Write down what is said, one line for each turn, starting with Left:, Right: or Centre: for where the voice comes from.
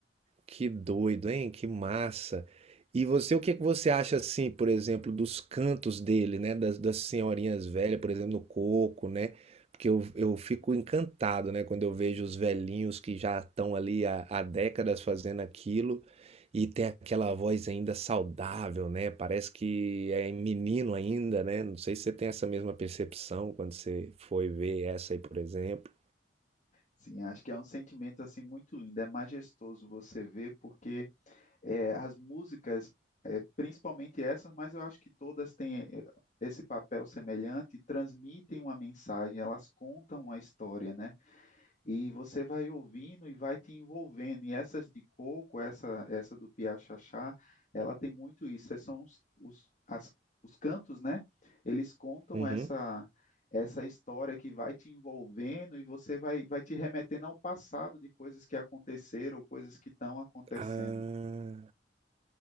Right: Que doido, hein? Que massa. E você, o que que você acha assim, por exemplo, dos cantos dele, né? Das, das senhorinhas velhas, por exemplo, no coco, né? Porque eu, eu fico encantado, né? Quando eu vejo os velhinhos que já estão ali há, há décadas fazendo aquilo e tem aquela voz ainda saudável, né? Parece que é menino ainda, né? Não sei se você tem essa mesma percepção quando você foi ver essa aí, por exemplo.
Left: Sim, acho que é um sentimento assim muito lindo, é majestoso você ver, porque é, as músicas, é, principalmente essas, mas eu acho que todas têm é, esse papel semelhante, transmitem uma mensagem, elas contam uma história, né? E você vai ouvindo e vai te envolvendo. E essas de coco, essa essa do Piá Xaxá, ela tem muito isso. É, São os, os, as, os cantos, né? Eles contam
Right: Uhum.
Left: essa essa história que vai te envolvendo e você vai, vai te remetendo ao passado de coisas que aconteceram, coisas que estão acontecendo.
Right: Ah.